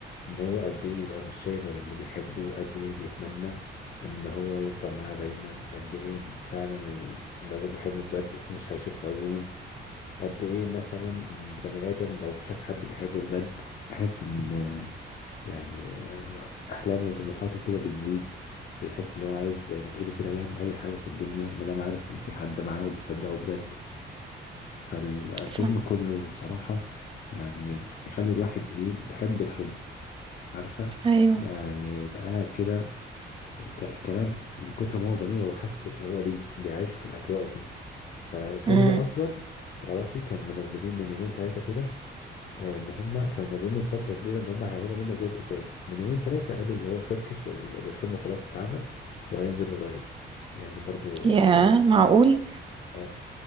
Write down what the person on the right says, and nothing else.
صح
ايوه
امم
يا
معقول